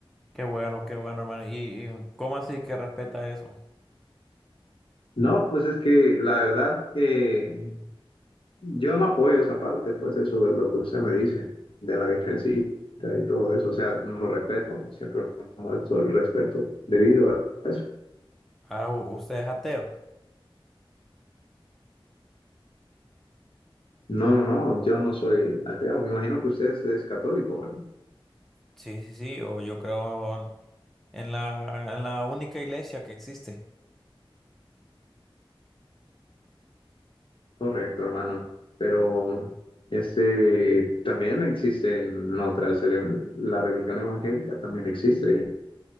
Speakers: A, in the centre; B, on the left (about 65°).
A: Qué bueno, qué bueno, hermano. ¿Y, y cómo así que respeta eso?
B: No, pues es que la verdad que yo no apoyo esa parte, pues eso de lo que usted me dice, de la virgencita y todo eso. O sea, lo respeto, siempre muestro el respeto debido a eso.
A: Ah, u- ¿usted es ateo?
B: No, no, no, yo no soy ateo. Me imagino que usted es, es católico, ¿verdad?
A: Sí, sí, sí, o yo creo en en la, en la única iglesia que existe.
B: Correcto, hermano. Pero este también existen otras, ele- la religión evangélica también existe.